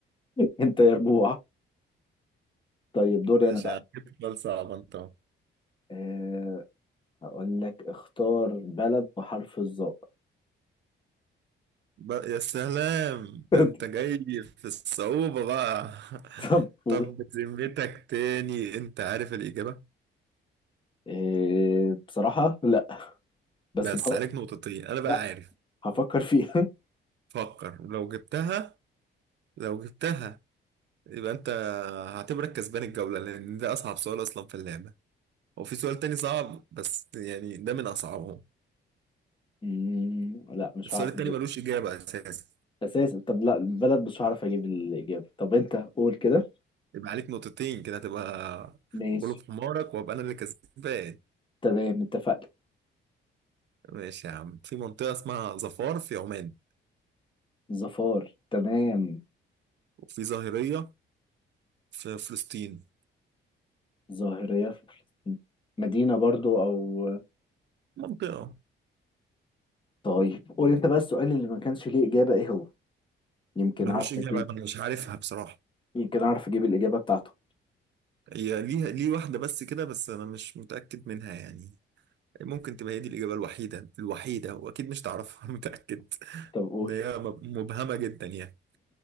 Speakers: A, on the left; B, on the right.
A: <laughs> انت يربوع طيب دوري
B: ماشي
A: انا بقى
B: يعني سؤال صعب انت أهو.
A: آه، هقول لك اختار بلد بحرف الظاء
B: بقى يا سلام
A: <laughs>
B: ده انت جاي في الصعوبة بقى <laughs>
A: طب قول
B: طب بذمتك تاني انت عارف الإجابة
A: إيه بصراحة لا بس
B: بس
A: بحب...
B: عليك نقطتين انا بقى
A: لا
B: عارف
A: هفكر فيها <laughs>
B: فكر لو جبتها لو جبتها يبقى انت هعتبرك كسبان الجولة لان ده اصعب سؤال اصلا في اللعبة هو في سؤال تاني صعب بس يعني ده من اصعبهم
A: مم، لا مش
B: السؤال
A: هعرف
B: التاني
A: اجيب
B: ملوش اجابة اساسا
A: اساسا طب لا البلد مش هعرف اجيب الاجابة طب انت قول كده
B: يبقى عليك نقطتين كده هتبقى
A: ماشي
B: غلوب حمارك وابقى انا اللي كسبان
A: تمام اتفقنا
B: ماشي يا عم في منطقة اسمها ظفار في عمان
A: ظفار تمام
B: وفي ظاهرية في فلسطين
A: ظاهرية في فلسطين مدينة برضو او
B: منطقة
A: طيب قول انت بقى السؤال اللي ما كانش ليه اجابة ايه هو يمكن
B: ملوش
A: اعرف
B: اجابة
A: اجيب
B: انا مش عارفها بصراحة
A: يمكن اعرف اجيب الاجابة بتاعته
B: هي ليها ليه واحدة بس كده بس انا مش متأكد منها يعني ممكن تبقى هي دي الإجابة الوحيدة الوحيدة وأكيد مش تعرفها <laughs> أنا متأكد
A: طب قول
B: إن هي مب- مبهمة جدا يعني